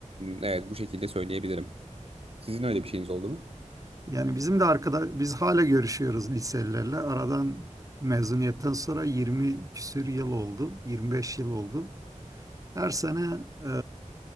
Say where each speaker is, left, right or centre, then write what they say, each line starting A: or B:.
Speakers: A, on the right; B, on the right.
A: evet bu şekilde söyleyebilirim. Sizin öyle bir şeyiniz oldu mu?
B: Yani bizim de arkadaş, biz hala görüşüyoruz liselilerle. Aradan mezuniyetten sonra 20 küsür yıl oldu, 25 yıl oldu. Her sene e,